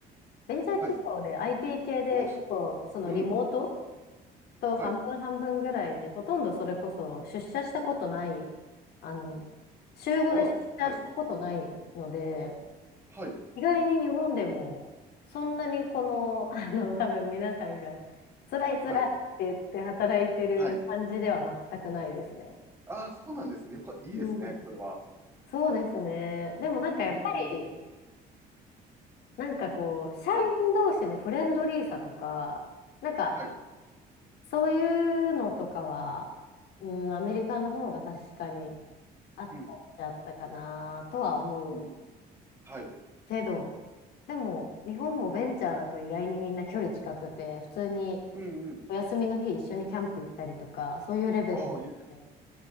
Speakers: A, on the left; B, on the right.
A: ベンチャー企業で
B: はい。
A: IT 系で結構、
B: あ、す。
A: そのリモート
B: うん。
A: と半分半分ぐらいで、
B: はい。
A: ほとんどそれこそ出社したことない、あの、週5で出社したことないので、
B: あら、はい。はい。
A: 意外に日本でも、そんなにこの、<laughs> あの、多分皆さんが、辛い辛いって言って働いてる感じでは全くないですね。
B: はい。はい。ああ、そうなんですね。よか、いいですね。
A: うん。
B: それは。
A: そうですね。でもなんかやっぱり、
B: うーん。
A: なんかこう、社員同士のフレンドリーさとか、
B: はい。
A: なんか、
B: はい。
A: そういうのとかは、うん、アメリカの方が確かにあったっちゃあったかなとは思う
B: うん。うん。はい。
A: けど、でも、日本もベンチャーだと意外にみんな距離近くて、普通に、
B: うんうん。
A: お休みの日一緒にキャンプ行ったりとか、そういうレベルで
B: ああ、い